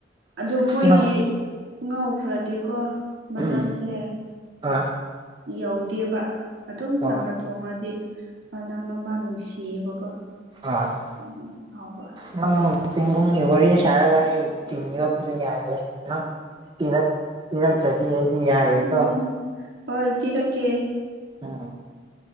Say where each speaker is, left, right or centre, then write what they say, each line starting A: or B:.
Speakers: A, on the right; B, on the right.
A: ꯑꯗꯣ
B: ꯑꯁ
A: ꯃꯣꯏꯗꯤ
B: ꯅꯪ
A: ꯉꯧꯈ꯭ꯔꯗꯤꯀꯣ ꯃꯅꯝꯁꯦ
B: ꯎꯝ ꯑꯣꯢ
A: ꯌꯧꯗꯦꯕ ꯑꯗꯨꯝ
B: ꯍꯣꯏ
A: ꯆꯝꯅ ꯊꯣꯡꯔꯗꯤ ꯃꯅꯝ ꯑꯃ ꯅꯨꯡꯁꯤ ꯢꯌꯦꯕ ꯀꯣ
B: ꯑ <unintelligible>
A: <unintelligible> ꯍꯥꯎꯕ
B: ꯑꯁ ꯅꯪ ꯆꯤꯡꯒꯨꯝꯒꯤ ꯋꯥꯔꯤ ꯁꯥꯔꯒ ꯑꯩ ꯇꯤꯟ ꯌꯣꯠꯄꯅ ꯌꯥꯗ꯭ꯔꯦ ꯅꯪ ꯄꯤꯔꯛ ꯄꯤꯔꯛꯇꯗꯤ ꯑꯩꯗꯤ ꯌꯥꯔꯣꯏꯀꯣ
A: ꯎꯝ ꯍꯣꯏ ꯄꯤꯔꯛꯀꯦ
B: ꯎꯝ